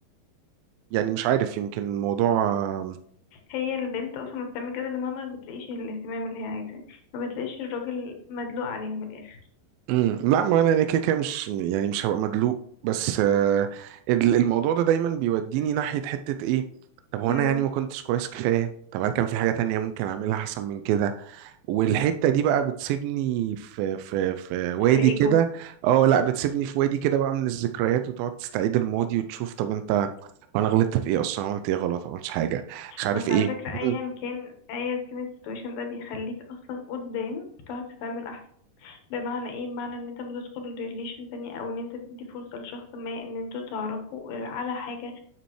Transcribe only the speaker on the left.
هي البنت اصلا بتعمل كده لما ما بتلاقيش الاهتمام اللي هي عايزاه ما بتلاقيش الراجل مدلوق عليها من الاخر
مم.
في الايجو
بس
على فكرة أيا
كان أيا كان السيتويشن ده بيخليك أصلا قدام بتعرف تتعامل أحسن بمعنى ايه بمعنى ان انت بتدخل ريليشن تانية او ان انت تدي فرصة لشخص ما ان انتوا تعرفوا آه، على حاجة